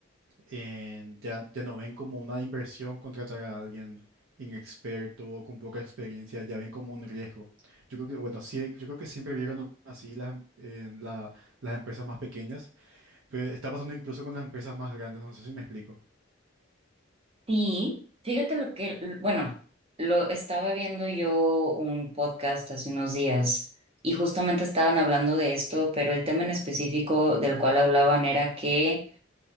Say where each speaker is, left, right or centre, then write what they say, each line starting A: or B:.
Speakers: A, on the right; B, on the right.
A: en- ya, ya no ven como una inversión contratar a alguien inexperto o con poca experiencia, ya ven como un riesgo. Yo creo que, bueno, sí, yo creo que siempre vieron así las, em- en la- las empresas más pequeñas, pero está pasando incluso con las empresas más grandes, no sé si me explico.
B: Sí, fíjate lo que, bueno, lo estaba viendo yo un podcast hace unos días y justamente estaban hablando de esto, pero el tema en específico del cual hablaban era que